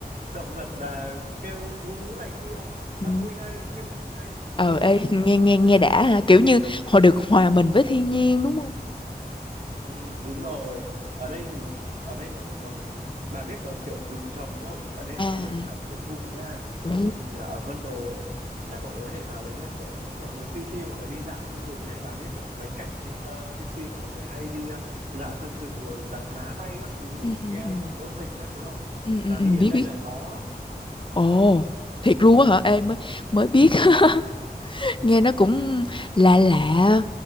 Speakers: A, on the right (about 55°); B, on the left (about 30°).
A: động vật là kêu hú hú này kia là
B: Ừ.
A: vui ngay healing ngay
B: Ờ
A: đúng không
B: ê nghe nghe
A: Ngoài-
B: nghe đã ha, kiểu như họ được hòa
A: <laughs>
B: mình với thiên nhiên đúng không?
A: Ừ, đúng rồi. Ở đây thì ở đây mọi người còn bà biết có kiểu rừng trầm không? Ở đây là
B: À.
A: có
B: à.
A: rừng trầm cổ thụ nha.
B: Ồ.
A: Ừ, là ở Vân Đồn là mọi người có thể vào đấy là kiểu mọi người chill chill mọi người đi dạo trong rừng này bà biết kiểu mấy cảnh trên ờ, trên phim là mọi người hay đi ờ, dạo trong rừng rồi dàn lá bay các thứ
B: Ừ ừ
A: nghe
B: ừ.
A: kiểu ngôn tình các thứ không?
B: Ừ ừ
A: Là
B: ừ
A: đi đến
B: biết
A: đây
B: biết.
A: là có.
B: Ồ,
A: Ừ.
B: thiệt luôn á hả? Em mới mới biết. <laughs> nghe nó cũng lạ lạ